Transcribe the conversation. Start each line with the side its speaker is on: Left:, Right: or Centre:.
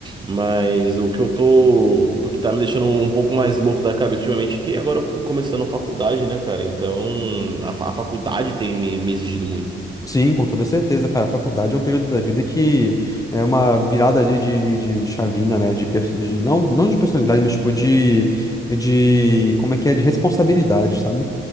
Right: Mas o que eu tô. O que tá me deixando um pouco mais louco da cabeça ultimamente é que agora eu come- começando faculdade, né, cara? Então a, fa- a faculdade tem me me exigido muito.
Left: Sim, com toda certeza, cara. A faculdade é um período da vida que é uma virada de, de, de- de chavinha, né? De, perso- de, não, não de personalidade, mas tipo de, de. Como é que é? De responsabilidade, sabe?